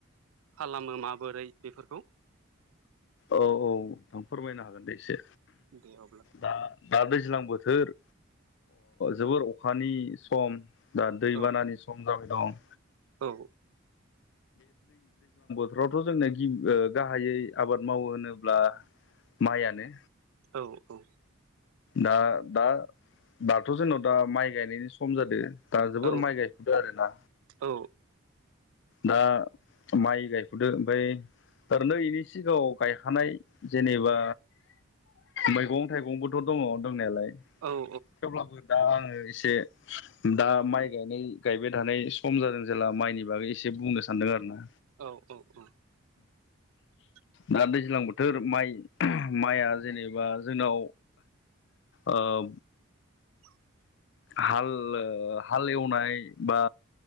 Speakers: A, on the right; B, on the left.
A: खालामो माबोरै बेफोरखौ
B: औ औ नोंथां फोरमायनो हागोन दे एसे
A: दे अब्ला
B: दा दा दैज्लां बोथोर जोबोर अखानि सम दा दैबानानि
A: औ
B: सम जाबाय दं
A: औ
B: रथ' जोंनो गि गाहायै आबाद मावो होनोब्ला माइआनो
A: औ औ
B: दा दा दाथ' जोंनाव दा माइ गायनायनि सम जादों दा जोबोर
A: औ
B: माइ गायख'दो आरो ना
A: औ
B: दा माइ गायफ'दो ओमफ्राय थारै नो इनि सिगाङाव गायखानाय जेनेबा मैगं थाइगंबो दङ दंनायालाय
A: औ
B: थेवब्लाबो दा आङो एसे दा माइ गायनाय गायबाय थानाय सम जादों जेला माइनि बागै एसे बुंनो सानदों आरो ना
A: औ औ औ औ
B: दा दैज्लां बोथोर माइ माइया जेनेबा जोंनाव आओ
A: <inaudible>
B: हाल हाल एवनाय बा